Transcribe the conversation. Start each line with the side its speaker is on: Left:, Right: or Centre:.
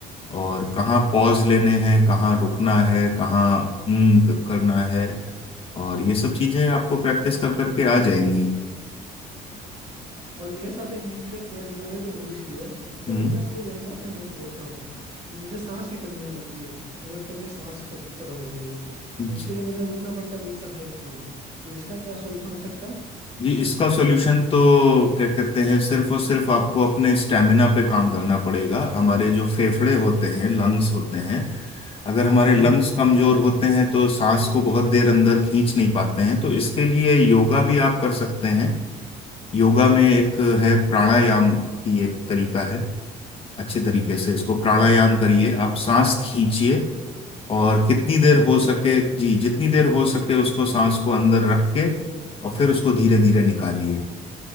Left: और कहाँ पॉज लेने हैं कहाँ रुकना है कहाँ हम्म करना है और ये सब चीजें आपको प्रैक्टिस कर करके आ जाएंगी
Right: और मेरे साथ एक दिक्कत मैं मैंने जो नोटिस की है जब
Left: हम्म
Right: भी मैं कोई लंबा सेंटेंस बोलता हूँ तो मुझे सांस की कमी होने लगती है मुझे लगता है मेरी सांस खस- खत्म हो गई है
Left: हम्म
Right: तो उसके लिए मुझे रुकना पड़ता है बीच सेंटेंस में ही। तो इसका क्या सॉल्यूशन हो सकता है
Left: जी इसका सॉल्यूशन तो क्या कहते हैं सिर्फ और सिर्फ आपको अपने स्टेमिना पे काम करना पड़ेगा हमारे जो फेफड़े होते हैं लंग्स होते हैं अगर हमारे लंग्स
Right: हम्म
Left: कमजोर होते हैं तो सांस को बहुत देर अंदर खींच नहीं पाते हैं तो इसके लिए योगा भी आप कर सकते हैं योगा में एक है प्राणायाम की एक तरीका है अच्छे तरीके से इसको प्राणायाम
Right: अच्छा
Left: करिए आप सांस खींचिए और कितनी देर
Right: अच्छा
Left: हो सके जी जितनी देर हो सके उसको सांस को अंदर रख के और फिर उसको धीरे धीरे निकालिए